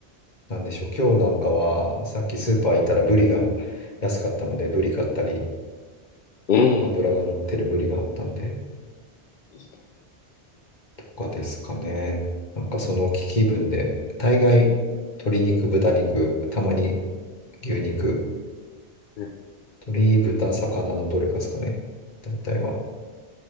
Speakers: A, on the left (about 40°); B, on the left (about 60°).
A: なんでしょう。今日なんかは、さっきスーパー行ったらブリが安かったので、ブリ買ったり、
B: ええ
A: 油が乗ってるブリがあったんで、
B: いいです。
A: とかですかね。なんかその気分で、大概鶏肉、豚肉、たまに牛肉、
B: うん
A: 鳥、豚、魚のどれかですかね。大体は。